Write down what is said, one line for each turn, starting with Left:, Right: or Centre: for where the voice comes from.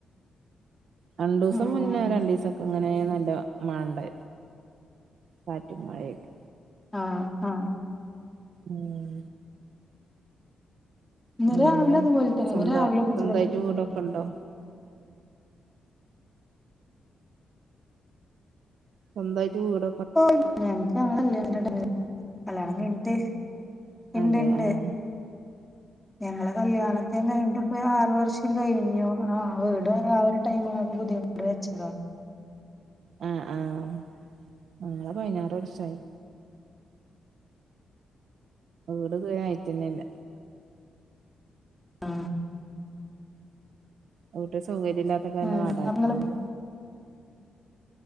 Right: രണ്ടൂസം
Centre: ആഹ്
Right: മുന്നേ രണ്ടീസം ഇങ്ങനെ ന്നല്ല മാണ്ടെ കാറ്റും മഴയൊക്കെ
Centre: ആഹ ആഹ
Right: ഉം
Centre: ഇന്ന്
Right: പിന്നെന്താ
Centre: രാവിലെ അതുപോലെ തന്നെ
Right: സ്വന്ത
Centre: ഇന്ന് രാവിലെ മുതലെന്നെ
Right: സ്വന്തയിട്ട്
Centre: മഴന്നെ
Right: വീടൊക്കെ ഉണ്ടോ? സ്വന്തായിട്ട് വീട
Centre: ഓ ഞങ്ങക്ക് <unintelligible> കല്യാണം കഴിഞ്ഞിട്ട് ഇണ്ട്ണ്ട്
Right: അതെ ആഹ്
Centre: ഞങ്ങള കല്യാണം കല്യാണം കഴിഞ്ഞിട്ട് ഇപ്പൊ ആറു വർഷം കഴിഞ്ഞു ആ വീട് ആ ഒരു ടൈമിൽ പുതിയ വീട് വെച്ചതാ.
Right: ആഹ ആഹ ഞങ്ങൾ പൈനാറ് വർഷായി. വീട് ഇതുവരെആയിട്ടന്നെല്ല
Centre: ആ
Right: വീട്ടിൽ സൗകര്യ ഇല്ലാത്ത കാരണം
Centre: ഉം
Right: വാടകക്ക്
Centre: അപ്പ ഇങ്ങള്
Right: പോന്ന